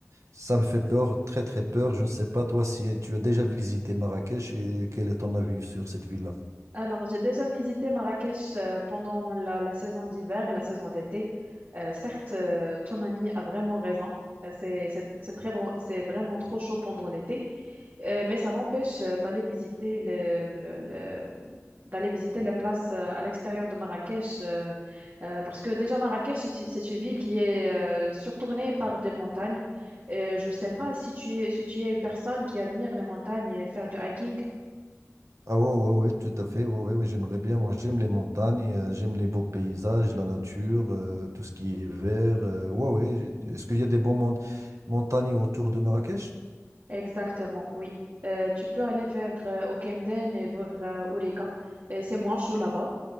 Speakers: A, on the right (about 85°); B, on the right (about 50°).
A: ça me fait peur, très très peur. Je ne sais pas toi si tu as déjà visité Marrakech et quel est ton avis sur cette ville-là.
B: Alors, j'ai déjà visité Marrakech euh, pendant la, la saison d'hiver et la saison d'été. Euh, certes, euh, ton ami a vraiment raison. Euh, C'est, c'est, c'est très bon, c'est vraiment trop chaud pendant l'été, Euh, mais ça n'empêche euh, d'aller visiter le, le- le- d'aller visiter les places euh, à l'extérieur de Marrakech, euh, euh, parce que déjà Marrakech, c'est, une- c'est une ville qui est euh, surtournée par des montagnes. Et je ne sais pas si tu es, si tu es une personne qui admire les montagnes et faire du hiking.
A: Ah ouais, ouais, ouais, tout à fait. Ouais, ouais, ouais, j'aimerais bien. Moi, j'aime les montagnes, euh, j'aime les beaux paysages, la nature, euh, tout ce qui est vert. euh, ouais, ouais. j'ai- Est-ce qu'il y a des bons mon- montagnes autour de Marrakech?
B: Exactement, oui. Euh, tu peux aller vers euh, au et vers euh, Aurica. Et c'est moins chaud là-bas.